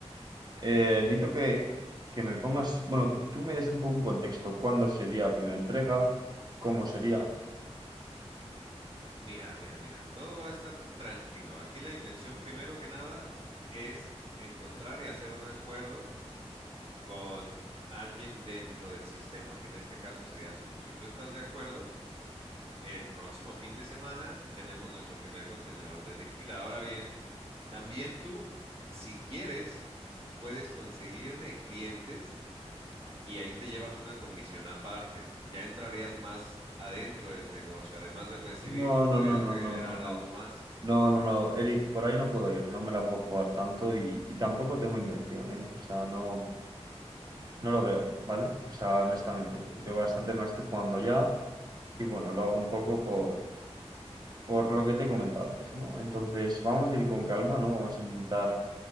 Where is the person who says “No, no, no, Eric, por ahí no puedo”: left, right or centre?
Right